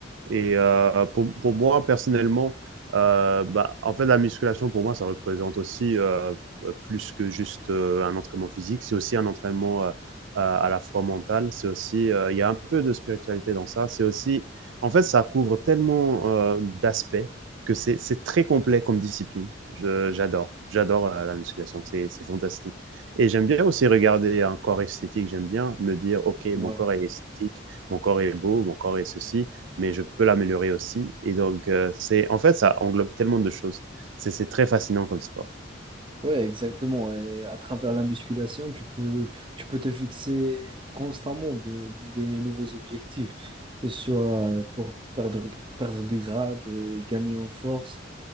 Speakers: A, on the right; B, on the right.
A: Et euh, pour, pour, moi, personnellement, euh, bah, en fait, la musculation, pour moi, ça représente aussi euh, plus que juste euh, un entraînement physique. C'est aussi un entraînement euh, euh, à la fois mental. C'est aussi, euh, il y a un peu de spiritualité dans ça. C'est aussi, en fait, ça couvre tellement euh, d'aspects que c'est c'est très complet comme discipline. Je J'adore, j'adore euh, la musculation, c'est c'est fantastique. Et j'aime bien aussi regarder un corps esthétique, j'aime bien me dire, ok,
B: Ouais.
A: mon corps est esthétique, mon corps est beau, mon corps est ceci, mais je peux l'améliorer aussi. Et donc, euh, c'est en fait, ça englobe tellement de choses. C'est c'est très fascinant comme sport.
B: Ouais, exactement. Et à travers la musculation, tu peux, tu peux te fixer constamment de- des nouveaux objectifs, que ce soit pour perdre, perdre du gras, de gagner en force